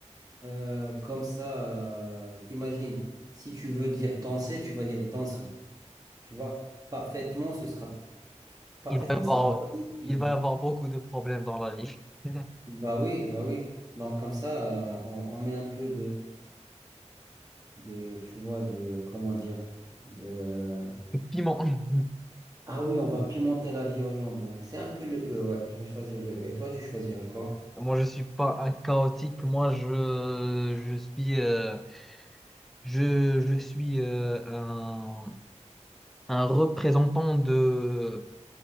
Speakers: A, on the right; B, in the centre.
A: Euh, comme ça, euh, imagine, si tu veux dire danser, tu vas dire danseur. Tu vois, parfaitement, ce sera... Parfaitement,
B: Il va y avoir,
A: ça va pas vraiment changer.
B: il va y avoir beaucoup de problèmes dans la vie. <laughs>
A: Bah oui, bah oui. Donc, comme ça, euh, on, on met un peu de, tu vois, de, comment dire, de...
B: Piment.
A: Ah oui, on va pimenter la vie aux gens, donc c'est un peu le E, ouais, je vais choisir le E. Et toi, tu choisirais quoi?
B: Moi, je suis pas un chaotique. Moi, je, je suis, euh, je, je suis euh, un, un représentant de,